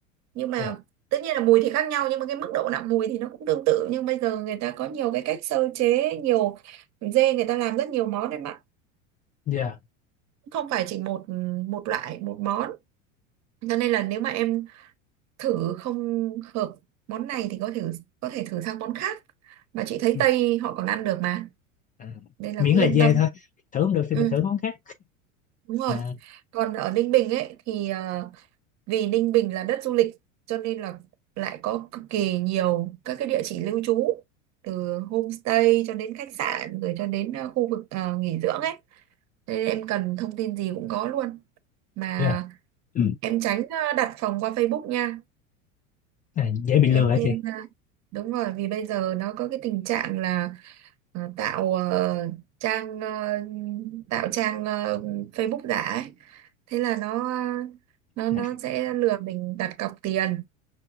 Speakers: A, on the right; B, on the left.
A: nhưng mà
B: dạ
A: tất nhiên là mùi thì khác nhau nhưng mà cái mức độ nặng mùi thì nó cũng tương tự nhưng bây giờ người ta có nhiều cái cách sơ chế nhiều dê người ta làm rất nhiều món em ạ
B: dạ
A: không phải chỉ một một loại một món cho nên là nếu mà em thử không hợp món này thì có thể có thể thử sang món khác mà chị thấy
B: Ừ.
A: Tây họ còn ăn được mà
B: à,
A: nên là
B: miễn
A: cứ
B: là
A: yên
B: dê
A: tâm
B: thôi thử không được thì
A: ừ
B: mình thử món khác
A: đúng rồi
B: à,
A: còn ở Ninh Bình ấy thì ờ, vì Ninh Bình là đất du lịch cho nên là lại có cực kỳ nhiều các cái địa chỉ lưu trú từ homestay cho đến khách sạn rồi cho đến ờ, khu vực ờ, nghỉ dưỡng ấy Thế nên em cần thông tin gì cũng có luôn mà
B: dạ Ừ.
A: em tránh ờ, đặt phòng qua Facebook nha
B: à, dễ bị
A: em
B: lừa hả
A: nên
B: chị
A: ờ, đúng rồi vì bây giờ nó có cái tình trạng là ờ, tạo ờ, trang ờ, tạo trang ờ, Facebook giả ấy thế là nó ờ, nó nó
B: à,
A: sẽ lừa mình đặt cọc tiền